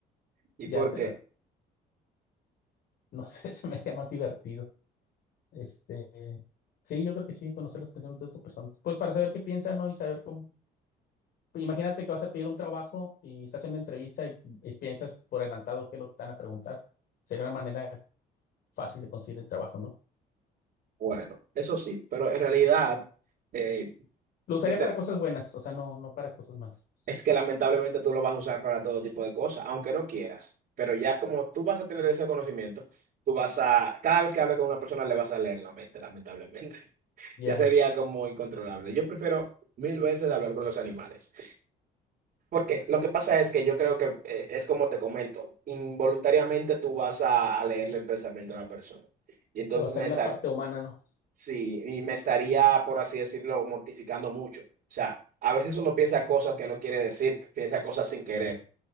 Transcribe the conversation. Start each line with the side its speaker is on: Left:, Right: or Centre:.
Right: ¿y
Left: Ya
Right: por
Left: te
Right: qué?
Left: la, no sé, <laughs> se me haría más divertido. Este, sí, yo creo que sí, conocer los pensamientos de otras personas. Pues para saber qué piensan, ¿no? Y saber cómo, Imagínate que vas a pedir un trabajo y estás en una entrevista y, y piensas por adelantado qué es lo que te van a preguntar. Sería una manera fácil de conseguir el trabajo, ¿no?
Right: Bueno, eso sí, pero en realidad eh,
Left: Lo usaría
Right: que te-
Left: para cosas buenas, o sea, no, no para cosas malas. pues.
Right: es que lamentablemente tú lo vas a usar para todo tipo de cosas, aunque no quieras. Pero ya como tú vas a tener ese conocimiento, tú vas a, cada vez que hables con una persona le vas a leer la mente, lamentablemente. <laughs>
Left: Ya,
Right: Ya sería como incontrolable. Yo prefiero mil veces hablar con los animales, porque lo que pasa es que yo creo que eh, es como te comento, involuntariamente tú vas a, a leerle el pensamiento a la persona. Y entonces
Left: te va a salir
Right: me,
Left: la
Right: sa-
Left: parte humana, ¿no?
Right: Sí, y me estaría, por así decirlo, mortificando mucho. O sea, a veces uno piensa cosas que no quiere decir, piensa cosas sin querer.